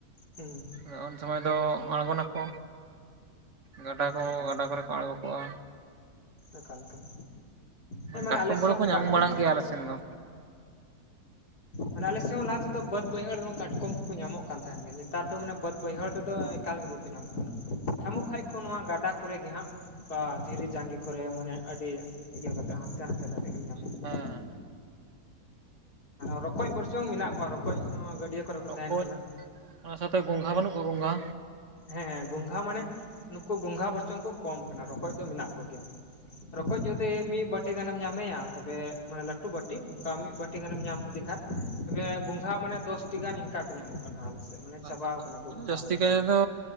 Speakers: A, on the left; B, on the right.
A: ᱦᱩᱸ
B: ᱟᱫᱚ ᱩᱱ ᱥᱚᱢᱚᱭ ᱫᱚ ᱟᱬᱜᱚᱱᱟᱠᱚ ᱜᱟᱰᱟ ᱠᱚ
A: ᱮᱠᱟᱞ
B: ᱜᱟᱰᱟ ᱠᱚᱨᱮ ᱠᱚ ᱟᱬᱜᱚ ᱠᱚᱜᱼᱟ
A: ᱮᱠᱟᱞ ᱮᱠᱟᱞ ᱦᱮᱸ ᱢᱟᱱᱮ
B: ᱠᱟᱴᱠᱚᱢ
A: ᱟᱞᱮ
B: ᱠᱚᱫᱚ
A: ᱥᱮᱫ ᱦᱚᱸ
B: ᱠᱚ
A: ᱚᱱᱠᱟ
B: ᱧᱟᱢ
A: ᱜᱮ
B: ᱵᱟᱲᱟᱜ
A: ᱦᱩᱸᱜ-ᱩ
B: ᱜᱮᱭᱟ ᱟᱞᱮ ᱥᱮᱱ ᱫᱚ
A: ᱢᱟᱱᱮ ᱟᱞᱮᱥᱮᱫ ᱦᱚᱸ ᱞᱟᱦᱟ ᱛᱮᱫᱚ ᱵᱟᱹᱫᱽ ᱵᱟᱹᱭᱦᱟᱹᱲ ᱨᱮᱦᱚᱸ ᱠᱟᱴᱠᱚᱢ ᱠᱚᱠᱚ ᱧᱟᱢᱚᱜ ᱠᱟᱱ ᱛᱟᱦᱮᱱ ᱜᱮᱭᱟ ᱱᱮᱛᱟᱨ ᱫᱚ ᱢᱟᱱᱮ ᱵᱟᱹᱫ ᱵᱟᱹᱭᱦᱟᱹᱲ ᱨᱮᱫᱚ ᱮᱠᱟᱞ ᱜᱮ ᱵᱟᱠᱚ ᱧᱟᱢᱚᱜ ᱠᱟᱱᱟ ᱧᱟᱢᱚᱜ ᱠᱷᱟᱡ ᱠᱚ ᱱᱚᱣᱟ ᱜᱟᱰᱟ ᱠᱚᱨᱮ ᱜᱮ ᱦᱟᱸᱜ ᱚᱝᱠᱟ ᱫᱷᱤᱨᱤ ᱡᱟᱸᱜᱤ ᱠᱚᱨᱮ ᱢᱟᱱᱮ ᱟᱹᱰᱤ ᱤᱭᱟᱹ ᱠᱟᱛᱮ ᱦᱟᱱᱛᱮ ᱱᱟᱛᱮ ᱠᱟᱛᱮᱫ ᱠᱟᱛᱮ ᱠᱚ ᱧᱟᱢᱮᱫ
B: ᱦᱮᱸ
A: ᱠᱚᱣᱟ ᱨᱚᱠᱚᱡ ᱵᱚᱨᱪᱚᱝ ᱢᱮᱱᱟᱜ ᱠᱚᱣᱟ ᱨᱚᱠᱚᱡ ᱜᱟᱹᱰᱭᱟᱹ ᱠᱚᱨᱮ ᱠᱚ
B: ᱨᱚᱠᱚᱡ
A: ᱛᱟᱦᱮᱱ ᱠᱟᱱᱟ
B: ᱚᱱᱟ ᱥᱟᱶᱛᱮ ᱜᱚᱝᱜᱷᱟ ᱵᱟᱹᱱᱩᱜ ᱠᱚᱣᱟ ᱜᱚᱝᱜᱷᱟ
A: ᱦᱮᱸ ᱦᱮᱸ ᱜᱚᱝᱜᱷᱟ ᱢᱟᱱᱮ ᱱᱩᱠᱩ ᱜᱚᱝᱜᱷᱟ ᱵᱚᱨᱪᱚᱝ ᱠᱚ ᱠᱚᱢ ᱠᱟᱱᱟ ᱨᱚᱠᱚᱡ ᱫᱚ ᱢᱮᱱᱟᱜ ᱠᱚᱜᱮᱭᱟ ᱨᱚᱠᱚᱡ ᱡᱚᱫᱤ ᱢᱤᱫ ᱵᱟᱴ ᱴᱤ ᱜᱟᱱᱮᱢ ᱧᱟᱢᱮᱭᱟ ᱛᱚᱵᱮ ᱢᱟᱱᱮ ᱞᱟᱹᱴᱩ ᱵᱟᱹᱴᱤ ᱚᱱᱠᱟ ᱢᱤᱫ ᱵᱟᱹᱴᱤ ᱜᱟᱱᱮᱢ ᱧᱟᱢ ᱠᱮᱫᱮ ᱠᱷᱟᱡ ᱛᱚᱵᱮ ᱜᱚᱝᱜᱷᱟ ᱢᱟᱱᱮ ᱫᱚᱥᱴᱤ ᱜᱟᱱ ᱤᱱᱠᱟ ᱠᱚ ᱧᱟᱢᱚᱜᱼᱟ ᱠᱟᱱᱟ ᱟᱞᱮ ᱥᱮᱫ ᱢᱟᱱᱮ ᱪᱟᱵᱟᱣ
B: ᱟᱪᱪᱷᱟ ᱟᱪᱪᱷᱟ
A: ᱠᱟᱱᱟ ᱠᱚ
B: ᱢᱟᱱᱮ
A: ᱜᱚᱝᱜᱷᱟ
B: ᱡᱟᱹᱥᱛᱤ
A: ᱢᱮᱱ
B: ᱠᱟᱭ
A: ᱫᱟᱲᱮᱭᱟᱜᱼᱟ
B: ᱛᱮᱫᱚ